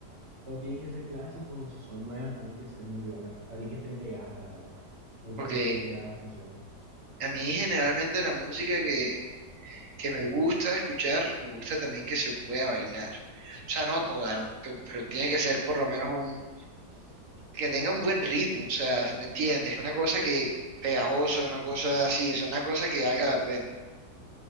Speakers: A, on the right; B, on the right.
A: o tienen que ser clásicos, o si son nuevas, tienen que ser muy buenas. Así que estén pegadas, la verdad. Me gusta
B: Ok,
A: que estén pegadas las canciones.
B: a mí generalmente la música que, que me gusta escuchar, me gusta también que se pueda bailar. O sea, no toda, no pero tiene que ser por lo menos un, que tenga un buen ritmo, o sea, ¿me entiendes? Una cosa que pegajosa, una cosa así, o sea, una cosa que valga la pena.